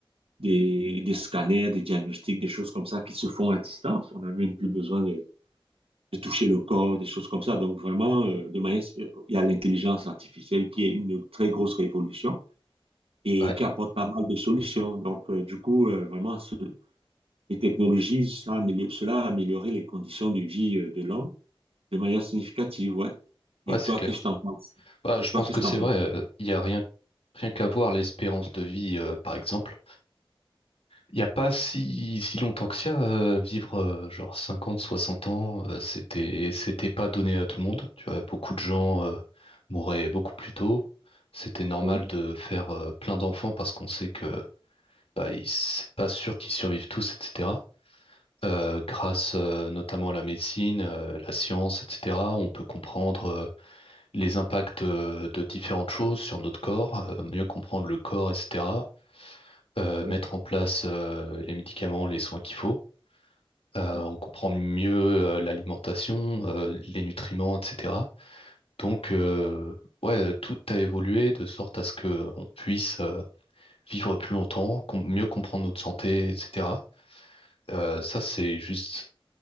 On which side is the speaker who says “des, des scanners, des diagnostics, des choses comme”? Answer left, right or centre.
Right